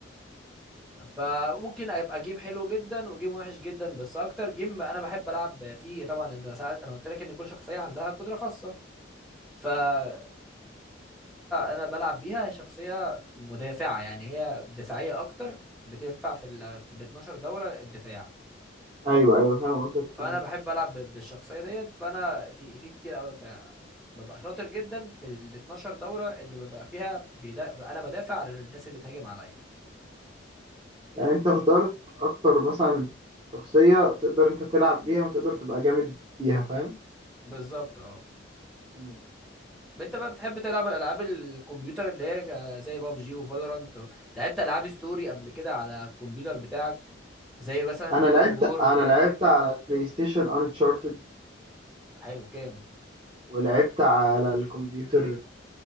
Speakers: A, in the centre; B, on the right.
A: فممكن ابقى جيم حلو جدا وجيم وحش جدا بس اكتر جيم انا بحب العب فيه طبعا انت سأل انا قلت لك ان كل شخصيه عندها قدره خاصه فالشخصيه انا بلعب بيها هي شخصيه مدافعه يعني هي دفاعيه اكتر بتنفع في ال في ال 12 دوره الدفاع
B: ايوه ايوه فاهم قصدك تقول
A: فانا
B: ايه
A: بحب العب ب- بالشخصيه ديت فانا في في كتير قوي ببقى شاطر جدا في ال 12 دوره اللي ببقى فيها بيدا... انا بدافع عن الناس اللي بتهاجم عليا
B: يعني انت اخترت اكتر مثلا شخصيه تقدر انت تلعب بيها وتقدر تبقى جامد بيها فاهم
A: بالظبط اه
B: مم.
A: انت بقى بتحب تلعب الالعاب الكمبيوتر اللي هي ك- زي بابجي وفالورانت لعبت العاب ستوري قبل كده على الكمبيوتر بتاعك زي مثلا
B: انا
A: جود
B: لعبت
A: اوف وور والكلام
B: انا لعبت
A: ده
B: على بلاي ستيشن انشارتد
A: حلو كام
B: ولعبت على الكمبيوتر